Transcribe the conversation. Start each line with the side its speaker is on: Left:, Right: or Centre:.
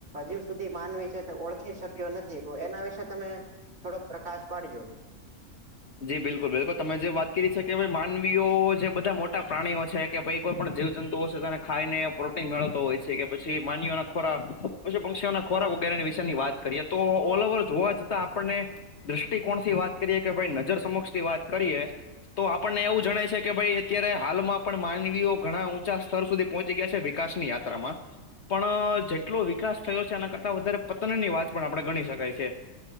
Right: હજૂ સુધી માનવી છે તે ઓળખી શક્યો નથી તો એના વિશે તમે થોડોક પ્રકાશ પાડજો
Left: જી બિલકુલ બિલકુલ તમે જે વાત કરી છે કે માનવીઓ જે બધા મોટા પ્રાણીઓ છે, કે ભાઈ કોઈ પણ જીવ જંતુઓશે તેને ખાઈને પ્રોટીન મેળવતો હોય છે, કે પછી માનના ખોરા પછી પંક્ષીઓ ના ખોરાક વગેરેની વિશેની વાત કરીએ તો ઓલ ઓવર જોવા જતાં આપણને દ્રષ્ટિકોણ થી વાત કરીએ કે ભાઈ નજર સમક્ષ થી વાત કરીએ તો આપણને એવું જણાય છે કે ભાઈ અત્યારે હાલમાં પણ માનવીઓ ઘણા ઊંચા સ્તર સુધી પહોંચી ગયા છે વિકાસ ની યાત્રામાં. પણ જેટલો વિકાસ થયો છે એના કરતા વધારે પતન ની વાત પણ આપણે ગણી શકાયી